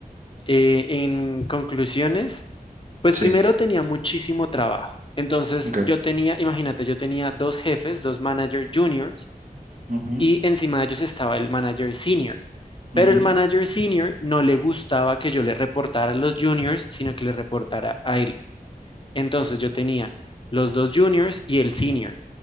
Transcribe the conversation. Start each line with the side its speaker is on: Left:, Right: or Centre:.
Left: Eh, en conclusiones, pues
Right: Sí,
Left: primero tenía muchísimo trabajo. Entonces
Right: ok.
Left: yo tenía, imagínate, yo tenía dos jefes, dos manager juniors,
Right: Ujú,
Left: y encima de ellos estaba el manager senior. Pero
Right: ujú.
Left: el manager senior no le gustaba que yo le reportara a los juniors, sino que le reportara a él. Entonces yo tenía los dos juniors y el senior.